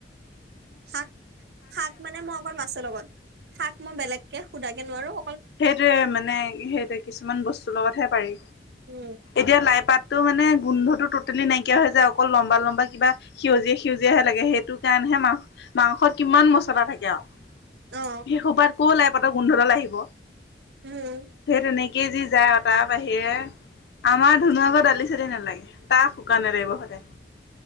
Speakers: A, on the right; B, on the left.
A: শাক, শাক মানে মই অকল মাছৰ লগত, শাক মই বেলেগকে, সোধাকে নোৱাৰোঁ',
B: সেইটোৱে মানে, সেইটোৱে কিছুমান বস্তুৰ লগতহে পাৰি',
A: উম
B: এতিয়া লাই পাতটো মানে গোন্ধটো টোটেলি নাইকিয়া হৈ যায় অকল লম্বা - লম্বা কিবা', সেউজীয়া - সেউজীয়াহে লাগে, সেইটো কাৰণেহে মাং', - মাংসত কিমান মছলা থাকে আওঁ',
A: অ
B: হে সোপাত ক'ত লাই পাতৰ গোন্ধডাল আহিব',
A: হুম',
B: সেই তেনেকেই যি যায় আৰু তাৰ বাহিৰে', আমাৰ ধোনু আকৌ দালি - চালি নালাগে, তাক শুকান নে লাগিব সদায়',